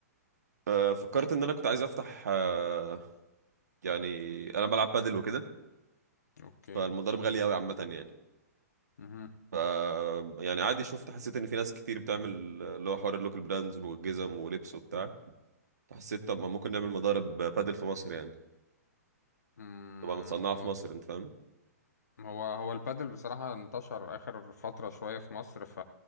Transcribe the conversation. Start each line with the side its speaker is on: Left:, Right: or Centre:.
Right: آه، فكرت ان انا كنت عايز افتح آه، يعني انا بلعب بادل وكده
Left: اوكي
Right: فالمضارب غاليه قوي عامه يعني
Left: مهم.
Right: ف يعني عادي شفت حسيت ان في ناس كتير بتعمل اللي هو حوار اللوكال براندز والجزم ولبس وبتاع فحسيت طب ما ممكن نعمل مضارب بادل في مصر يعني
Left: مم،
Right: تبقى متصنعه في
Left: هو
Right: مصر انت فاهم
Left: هو هو البادل بصراحة انتشر آخر فترة شوية في مصر ف